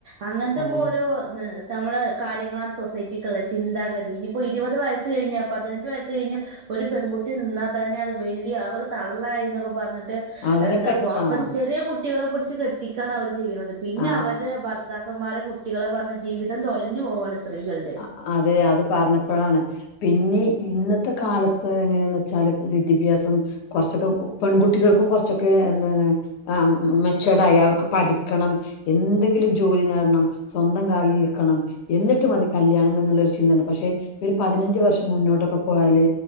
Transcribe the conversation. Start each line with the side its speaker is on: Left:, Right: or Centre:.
Right: അങ്ങനത്തൊക്കെ
Left: അതെ
Right: ഓരോ നി നമ്മള് കാര്യങ്ങളാണ് സൊസൈറ്റിക്ക്ള്ളത് ചിന്താഗതി ഇനിയിപ്പോൾ ഇരുപത് വയസ്സ് കഴിഞ്ഞാൽ പതിനെട്ട് വയസ്സ് കഴിഞ്ഞാൽ ഒരു പെൺകുട്ടി നിന്നാൽ തന്നെ അത് വല്ല്യ അവള് തള്ളായിന്നൊക്കെ പറഞ്ഞിട്ട്
Left: അതിനെ
Right: എന്താപ്പൊ
Left: പറ്റി
Right: അപ്പൊ
Left: ആ
Right: ചെറിയ കുട്ടികളെ പിടിച്ച് കെട്ടിക്കാണ് അവര് ചെയ്യ്ണത് പിന്നെ
Left: ആ
Right: അവർ പിന്നെ ഭർത്താക്കന്മാരെ കുട്ടികളെ പറഞ്ഞ് ജീവിതം തൊലഞ്ഞു പോവാണ് സ്ത്രീകൾടെ
Left: അ- അതെ അത് പറഞ്ഞപ്പഴാണ് പിന്നി ഇന്നത്തെ കാലത്ത് എങ്ങനെന്ന് വെച്ചാല് കു വിദ്യാഭ്യാസം കൊറച്ചൊക്കെ പെൺകുട്ടികൾക്കും കൊറച്ചൊക്കെ എന്താണ് ആഹ് മെച്ചൂടായി അവർക്ക് പഠിക്കണം എന്തെങ്കിലും ജോലി നേടണം സ്വന്തം കാലിൽ നിൽക്കണം എന്നിട്ട് മതി കല്യാണം ന്ന്ന്നുള്ളൊരു ചിന്തണ്ട് പക്ഷെ ഒരു പതിനഞ്ച് വർഷം മുന്നോട്ടൊക്കെ പോയാല്